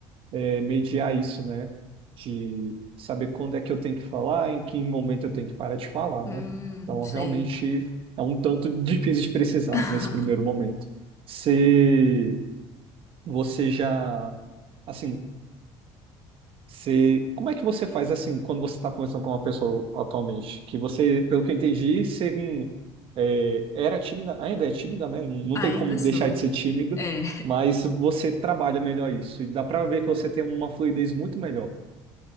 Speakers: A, on the right; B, on the left.
A: é, mediar isso, né? De saber quando é que eu tenho que falar, em que momento eu tenho que parar de falar,
B: hum,
A: né? Então,
B: sei.
A: realmente é um tanto difícil de precisar
B: <laughs>
A: nesse primeiro momento. Se você já, assim, se, como é que você faz assim quando você está conversando com uma pessoa atualmente? Que você, pelo que eu entendi, você hum, é, era tímida, ainda é tímida, né? Não
B: Ainda
A: tem como deixar
B: sou.
A: de ser tímido.
B: É.
A: Mas você trabalha melhor isso e dá para ver que você tem uma fluidez muito melhor.